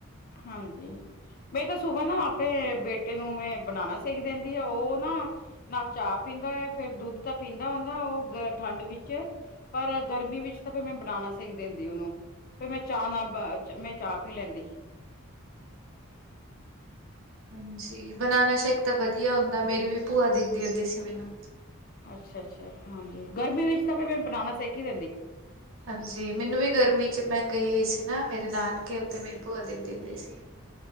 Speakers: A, on the left; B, on the right.
A: ਹਾਂਜੀ ਮੀਹ ਤਾਂ ਸੁਬਾਹ ਨਾ ਆਪਣੇ ਬੇਟੇ, ਐਨੂੰ ਮੈਂ ਬਨਾਨਾ ਸੇਕ ਦਿੰਦੀ ਆ ਉਹ ਨਾ-ਨਾ ਚਾਹ ਪੀਂਦਾ ਹੈ ਫੇਰ ਦੁੱਧ ਤਾਂ ਪੀਂਦਾ ਹੁੰਦਾ। ਉਹ ਠੰਡ ਵਿੱਚ ਪਰ ਗਰਮੀ ਵਿੱਚ ਤਾਂ ਫੇਰ ਮੈਂ ਬਣਾਉਣਾ ਸਿੱਖ ਦਿੰਦੀ ਉਹਨੂੰ, ਫਿਰ ਮੈਂ ਚਾਹ ਨਾਲ ਮੈਂ ਚਾਹ ਪੀ ਲੈਂਦੀ ਸੀ।
B: ਹਾਂਜੀ ਬਨਾਨਾ ਸ਼ੇਕ ਤਾਂ ਵਧੀਆ ਹੁੰਦਾ ਮੇਰੀ ਵੀ, ਭੂਆ ਦਿੰਦੀ ਹੁੰਦੀ ਸੀ ਮੈਨੂੰ,
A: ਅੱਛਾ-ਅੱਛਾ ਹਾਂਜੀ ਗਰਮੀ ਵਿੱਚ ਤਾਂ ਕੋਈ ਮੈਂ ਬਨਾਨਾ ਸੇਕ ਹੀ ਦਿੰਦੀ।
B: ਹਾਂਜੀ ਮੈਨੂੰ ਵੀ ਗਰਮੀ ਚ ਮੈਂ ਗਈ ਹੋਈ ਸੀ ਨਾ, ਮੇਰੇ ਨਾਨਕੇ ਉੱਥੇ ਮੇਰੀ ਭੂਆ ਦਿੰਦੀ ਹੁੰਦੀ ਸੀ।